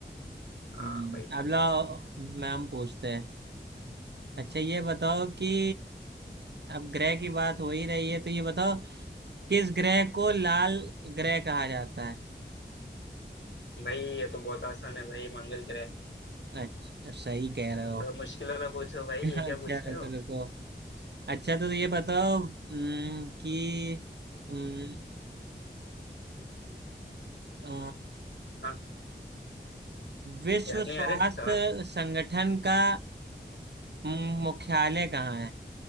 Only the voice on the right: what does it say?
हम्म
अब लो मैम पूछते हैं अच्छा ये बताओ कि अब ग्रह की बात हो ही रही है तो ये बताओ किस ग्रह को लाल ग्रह कहा जाता है
अच्छा सही कह रहे हो
<laughs>
अच्छा
रुको
रुको अच्छा तो ये बताओ हम्म, कि हम्म, अ,
विश्व
स्वास्थ्य
संगठन का हम्म, मुख्यालय कहाँ है